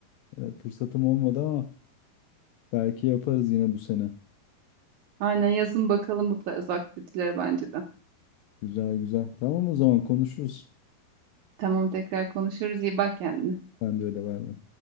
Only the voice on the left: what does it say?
e, fırsatım olmadı ama belki yaparız yine bu sene.
Güzel güzel. Tamam o zaman konuşuruz.
Sen de öyle bay bay.